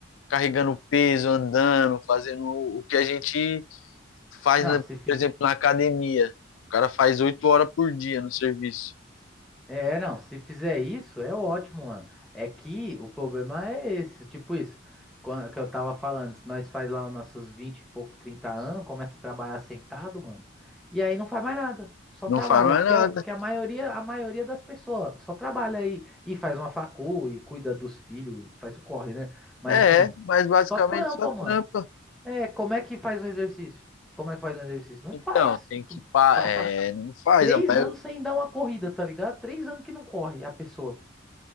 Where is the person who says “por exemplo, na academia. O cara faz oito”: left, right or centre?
Left